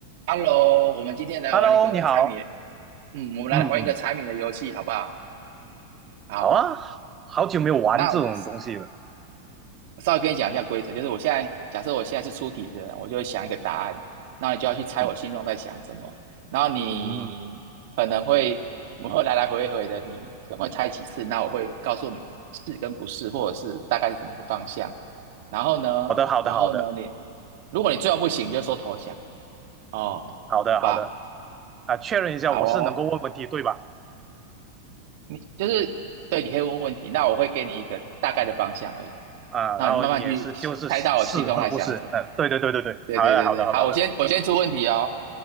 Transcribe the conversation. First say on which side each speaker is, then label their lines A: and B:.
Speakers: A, on the right (about 50°); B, on the right (about 25°).
A: Hello，我们今天来玩一个猜谜，
B: Hello，你好，
A: 嗯，我们来玩一个猜谜的游戏，
B: 嗯嗯
A: 好不好？好哦，
B: 好啊，好久没有玩这种东西了。
A: 那我我稍微跟你讲一下规则，就是我现在假设我现在是出题的人，我就会想一个答案，那你就要去猜我心中在想什么，
B: 嗯，
A: 然后你可能会我会来来回回的，
B: 嗯，
A: 你怎能会猜几次，那我会告诉你是跟不是，或者是大概是怎么个方向。然后呢，
B: 好的，好的，
A: 然后呢，
B: 好的，
A: 你如果你最后不行，就说投降哦，好不好？
B: 好的，好的。啊，确认一下，
A: 好哦，
B: 我是能够问问题对吧？
A: 你就是对，你可以问问题，那我会给你一个大概的方向而已，
B: 啊，
A: 那你慢慢去猜到我心中在想什么。
B: 然后你也是就是是是和不是，嗯，对对对对对，
A: 对对对对，
B: 好的，好的，好的，
A: 好，
B: 好的。
A: 我先我先出问题哦。